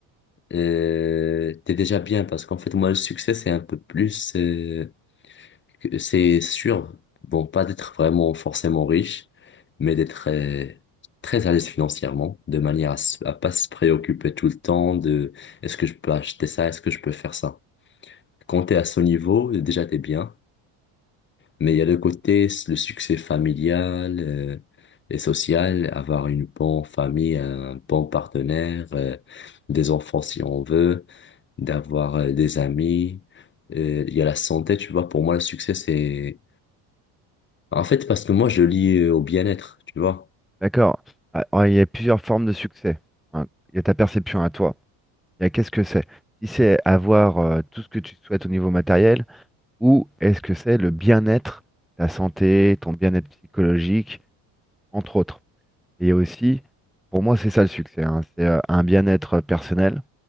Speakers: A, on the left; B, in the centre.
A: euh, t'es déjà bien parce qu'en fait moi le succès c'est un peu plus. euh, que C'est sûr, bon, pas d'être vraiment forcément riche, mais d'être euh, très à l'aise financièrement, de manière à, s- à pas se préoccuper tout le temps de est-ce que je peux acheter ça, est-ce que je peux faire ça. Quand t'es à ce niveau, déjà t'es bien, mais il y a le côté, s- le succès familial euh, et social, avoir une bonne famille, un bon partenaire, euh, des enfants si on veut, d'avoir euh, des amis. Euh, Il y a la santé, tu vois, pour moi, le succès, c'est En fait, parce que moi, je lis euh, au bien-être, tu vois.
B: d'accord. Ah, ah, Il y a plusieurs formes de succès. hein. Il y a ta perception à toi. Il y a qu'est-ce que c'est? Si c'est avoir euh, tout ce que tu souhaites au niveau matériel, ou est-ce que c'est le bien-être, ta santé, ton bien-être psychologique, entre autres. Et il y a aussi, pour moi, c'est ça le succès. hein. C'est euh, un bien-être personnel